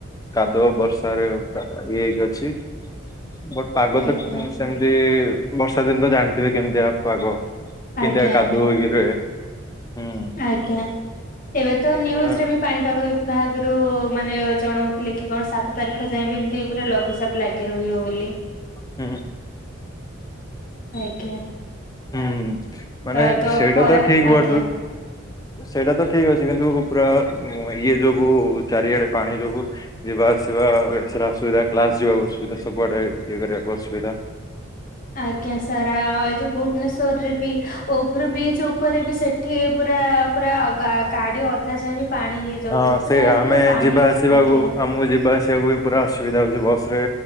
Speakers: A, on the left (about 15°); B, on the left (about 40°).
A: କାଦୁଅ ବର୍ଷାରେ ଇଏ ହେଇକି ଅଛି। ବଟ ପାଗ
B: ଆଜ୍ଞା।
A: ତ ସେମିତି ବର୍ଷା ଦିନ ତ ଜାଣିଥିବେ କେମିତିଆ ପାଗ।
B: ଆଜ୍ଞା
A: କିନ୍ତିଆ କାଦୁଅ
B: ଆଜ୍ଞା
A: ହେଇକି ରୁହେ। ହୁଁ।
B: ଆଜ୍ଞା ଏବେ ତ ନ୍ୟୁଜରେ
A: ଅ,
B: ବି ପାଣିପାଗ ବିଭାଗରୁ ମାନେ ଜଣଉଥିଲେ କି କଣ ସା ସାତ ତାରିଖ ଯାଏ ବି ଏମିତି ପୁରା ଲଘୁଚାପ ଲାଗି ରହିବ ବୋଲି।
A: ହୁଁ।
B: ଆଜ୍ଞା।
A: ହୁଁ ମାନେ
B: ଆ
A: ସେଇଟା
B: ଖରା
A: ତ ଠିକ।
B: ଆଜ୍ଞା।
A: ସେଇଟା ତ ଠିକ ଅଛି କିନ୍ତୁ ପୁରା ଇଏ ଯୋଗୁ ଚାରିଆଡେ ପାଣି ଯୋଗୁ ଯିବା ଆସିବାଏଇଠେ ସିନା ଅସୁବିଧା କ୍ଲାସ ଯିବାକୁ ଅସୁବିଧା ସବୁଆଡେ ଇଏ କରିବାକୁ ଅସୁବିଧା।
B: ଆଜ୍ଞା ସାରା ଏ ଯୋ ଭୁବନେଶ୍ଵରରେ ବି ବିଭର ବ୍ରିଜ। ଉପରେ ବି ସେଠି ପୁରା ପୁରା ଗାଡି ଅଧା ଯାଏ ବି ପାଣି ହେଇଯାଉଛି
A: ହଁ ସେ
B: ପୁରା
A: ଆମେ
B: ଏବେ ତ ପାଣି
A: ଯିବା ଆସିବାକୁ
B: ଆଜ୍ଞା
A: ଆମକୁ ଯିବା ଆସିବାକୁ ବି। ପୁରା ଅସୁବିଧା ହଉଛି ବସ ରେ